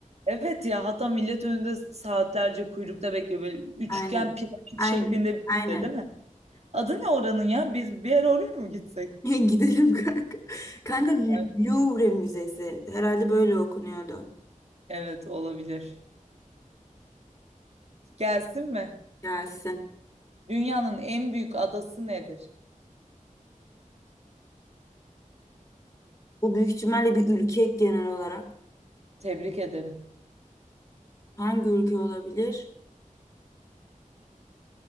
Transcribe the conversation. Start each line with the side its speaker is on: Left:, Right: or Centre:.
Right: Evet ya hatta millet önünde saatlerce kuyrukta bekliyor. Böyle üçgen
Left: Aynen.
Right: piramit
Left: Aynen.
Right: şeklinde bir
Left: Aynen.
Right: şey değil mi? Adı ne oranın ya? Biz bir ara oraya mı gitsek?
Left: <laughs> Gidelim kanka. Kanka Lou-
Right: Ay,
Left: Louvre Müzesi. Herhalde böyle okunuyordu.
Right: Evet olabilir. Gelsin mi?
Left: Gelsin.
Right: Dünyanın en büyük adası nedir?
Left: Bu büyük ihtimalle bir ülke genel olarak.
Right: Tebrik ederim.
Left: Hangi ülke olabilir?